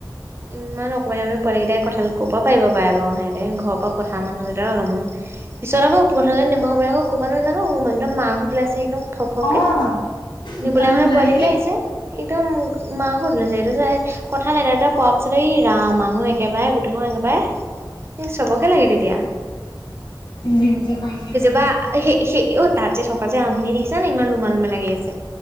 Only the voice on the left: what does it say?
অ', দোকানো
ওলাইহে
জিম যে পাই যায় ন